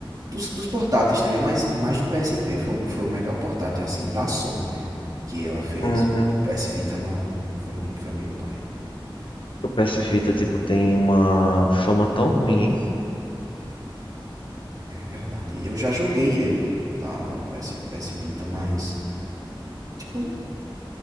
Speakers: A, on the right (about 45°); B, on the left (about 75°).
A: Dos, dos portáteis também, mas mais do PSP. Foi, o- foi o melhor portátil, assim, da Sony, né? Que ela fez.
B: Uhum.
A: O, o PS Vita não, não foi muito. Foi meio pai.
B: O PS Vita, tipo, tem uma fama tão ruim
A: É verdade. Eu já joguei ele, tá? No PS, PS Vita, mas. Tipo,